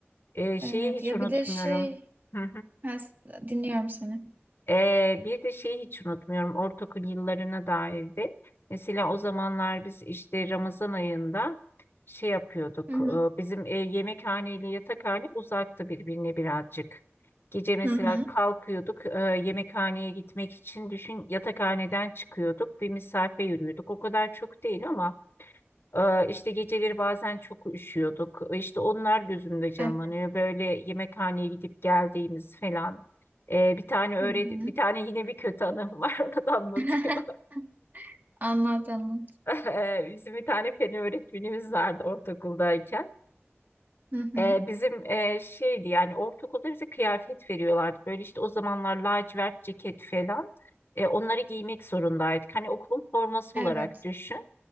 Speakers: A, on the left (about 55°); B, on the right (about 40°).
A: E, şeyi
B: Evet
A: hiç
B: ya
A: unutmuyorum.
B: bir de şey
A: <laughs>
B: ha, s- dinliyorum seni.
A: Ee, bir de şeyi hiç unutmuyorum ortaokul yıllarına dairdi. Mesela o zamanlar biz işte Ramazan ayında şey yapıyorduk.
B: Hı hı.
A: e, Bizim e, yemekhane ile yatakhane uzaktı birbirine birazcık. Gece mesela
B: Hı hı.
A: kalkıyorduk e, yemekhaneye gitmek için düşün yatakhaneden çıkıyorduk bir mesafe yürüyorduk. O kadar çok değil ama ee, işte geceleri bazen çok üşüyorduk. İşte onlar gözümde canlanıyor.
B: Evet.
A: Böyle yemekhaneye gidip geldiğimiz falan. Ee, bir tane öğret
B: Hı hı.
A: bir tane yine bir kötü anım var <laughs> onu da anlatayım.
B: <laughs> Anlat anlat.
A: <laughs> Ee, bizim bir tane fen öğretmenimiz vardı ortaokuldayken.
B: Hı hı.
A: Ee, bizim e, şeydi yani ortaokulda bize kıyafet veriyorlardı. Böyle işte o zamanlar lacivert ceket falan. Ee, onları giymek zorundaydık. Hani okulun forması
B: Evet.
A: olarak düşün.